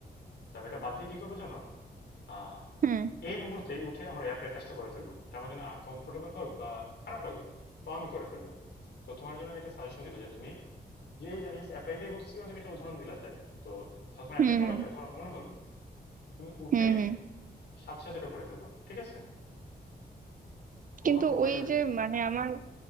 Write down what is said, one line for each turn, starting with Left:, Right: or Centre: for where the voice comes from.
Left: তো আমি এটা বাদ দিয়ে কি করব জানো? আ
Right: হুম
Left: এই মুহূর্তেই উঠে আমরা অ্যাপ্লাইয়ের কাজটা করে ফেলবো এটা আমার জন্য আনকমফোর্টেবল হোক বা খারাপ লাগুক তাও আমি করে ফেলবো তো তোমার জন্য আমি এটা সাজেশন দিব যে তুমি যে আমি জাস্ট অ্যাপ্লাই দিয়ে বলতেছি কারণ তুমি এটা উদাহরণ দিলা তাই তো ধরো তোমার অ্যাপ্লাই
Right: হুম
Left: করা
Right: হুম
Left: লাগবে তোমার মনে হলো তুমি উঠেই
Right: হুম হুম
Left: সাথে সাথে এটা করে ফেলবা ঠিক আছে কোনো
Right: কিন্তু
Left: প্রকার
Right: ওই যে মানে
Left: হ্যাঁ,
Right: আমার
Left: হ্যাঁ।